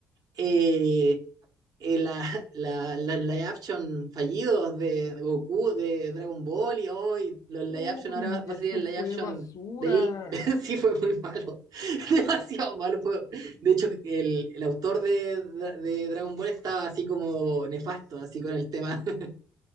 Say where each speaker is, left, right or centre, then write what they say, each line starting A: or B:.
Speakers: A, on the right; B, on the left.
A: eh, eh, la, la, la live action fallidos de Goku, de Dragon Ball y hoy los live
B: Uy,
A: action, ahora va, va
B: eso
A: a salir el
B: fue
A: live action
B: basura.
A: de Lil. <laughs> Sí, fue muy malo. <laughs> Demasiado malo fue. De hecho, el, el autor de, de Dragon Ball estaba así como nefasto, así con el tema. <laughs>